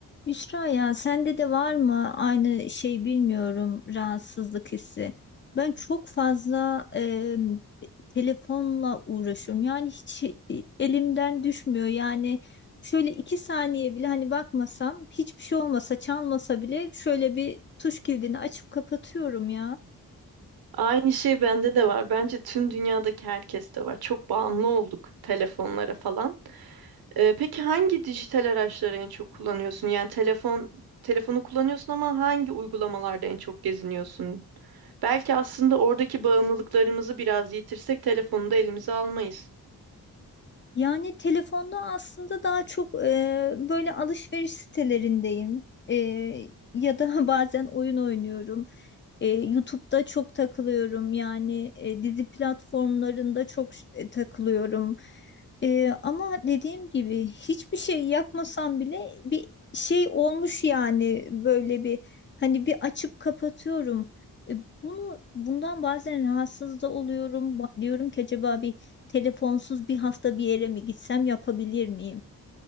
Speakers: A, on the left; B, on the right.
A: Yusra ya sende de var mı aynı şey bilmiyorum rahatsızlık hissi. Ben çok fazla e, telefonla uğraşıyorum. Yani hiç e, elimden düşmüyor. Yani şöyle iki saniye bile hani bakmasam hiçbir şey olmasa çalmasa bile şöyle bir tuş kilidini açıp kapatıyorum ya.
B: Aynı şey bende de var. Bence tüm dünyadaki herkeste var. Çok bağımlı olduk telefonlara falan. Ee, peki hangi dijital araçları en çok kullanıyorsun? Yani telefon telefonu kullanıyorsun ama hangi uygulamalarda en çok geziniyorsun? Belki aslında oradaki bağımlılıklarımızı biraz yitirsek telefonu da elimize almayız.
A: Yani telefonda aslında daha çok e, böyle alışveriş sitelerindeyim. E, ya da <laughs> bazen oyun oynuyorum. E, YouTube'da çok takılıyorum yani e, dizi platformlarında çok ş- e, takılıyorum. E, ama dediğim gibi hiçbir şey yapmasam bile bir şey olmuş yani böyle bir hani bir açıp kapatıyorum. E, bunu bundan bazen rahatsız da oluyorum. Ba- Diyorum ki acaba bir telefonsuz bir hafta bir yere mi gitsem yapabilir miyim?